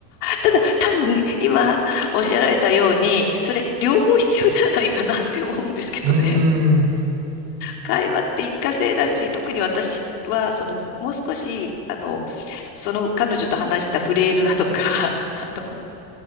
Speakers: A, on the left (about 75°); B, on the right (about 50°).
A: ただ、多分、今、おっしゃられたように、それ、両方必要ではないかなって思うんですけどね。
B: うーん、
A: 会話って一過性だし、特に私は、その、もう少し、あの、その彼女と話したフレーズだとか、<laughs> あの、